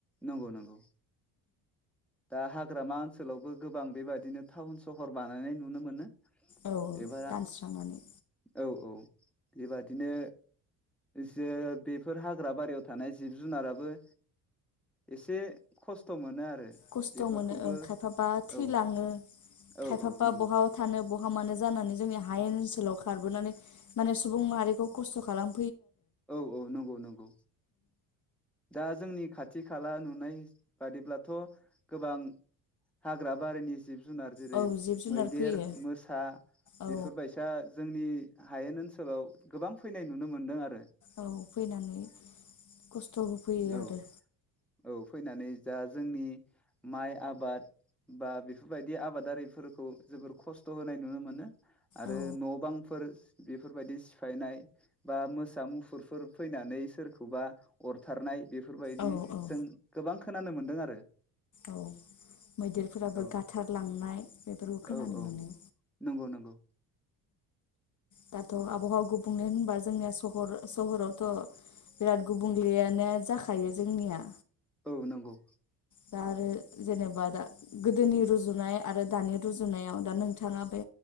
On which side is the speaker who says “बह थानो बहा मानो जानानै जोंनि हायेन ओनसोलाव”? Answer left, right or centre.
Left